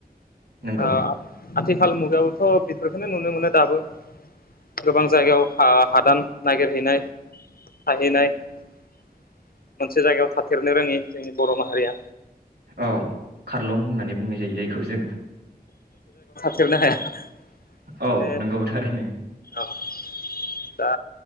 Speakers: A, on the right; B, on the left.
A: नंगौ
B: ओ आथिखाल मुगायावथ' बेफोरखौनो नुनो मोनो दाबो गोबां जायगायाव आ हादान नागिरहैनाय थाहैनाय मोनसे जायगायाव थाथेरनो रोङि जोंनि बर' माहारिया
A: औ खारलुं होननानै बुंनाय जायो जायखौ जों
B: थेरनो हाया माने
A: औ नोंगौ थारैनो
B: औ दा